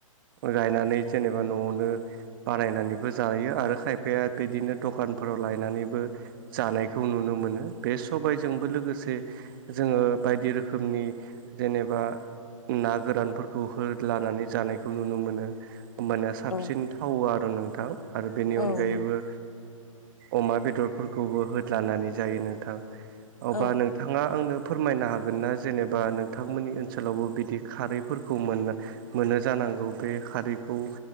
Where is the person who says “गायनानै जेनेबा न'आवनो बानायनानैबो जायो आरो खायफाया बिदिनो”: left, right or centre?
Right